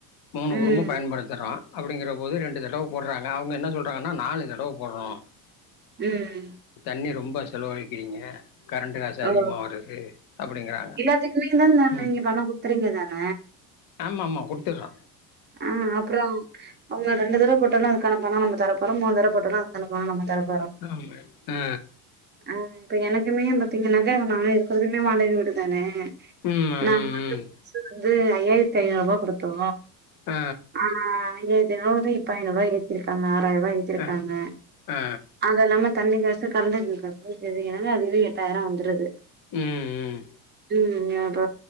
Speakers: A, on the left (about 45°); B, on the right (about 25°).
A: மூணு
B: ம்
A: குடும்போ பயன்படுத்துறோ அப்டிங்கிற போது ரெண்டு தடவை போடுறாங்க அவங்க என்ன சொல்றாங்கன்னா நாலு தடவை போடுறோ
B: ம்
A: தண்ணி ரொம்ப செலவழிக்கிறீங்க கரண்ட் காசு அதிகமா
B: ஓ
A: வருது அப்டிங்கறாங்க
B: எல்லாத்துக்குமே தான
A: ம்
B: நீங்க பணம் குடுக்குறீங்க தான
A: ஆமாமா குடுத்துடுறோ
B: ஆ அப்புறோ அவ்ளோதா ரெண்டு தடவை போட்டாலு அதுக்கான பணோ நம்ம தர போறோம் மூணு தடவ போட்டாலு அதுக்கான பணோ நம்ம தரப்
A: ஆமே ஆ
B: ஆ இப்ப எனக்குமே பாத்தீங்கன்னாக்க நா இருக்கறதுமே வாடக வீடுதானே
A: ம் ம்
B: நாங்க வந்து
A: ம்
B: புதுசுல வந்து ஐயாயிரத்து ஐநூறு ரூபாய் குடுத்தோ
A: ஆ
B: ஆ எதையாவது இப்ப ஐநூறூபா ஏத்திருக்காங்க அ எட்டாயிர ரூபா ஏத்திருக்காங்க
A: அ ஆ
B: அது இல்லாம தண்ணி காசு கரண்டு பில் காசுங்கனா இது என்னான்னா அது இது எட்டாயிரரூவா வந்துருது
A: ம் ம்
B: ம் இப்ப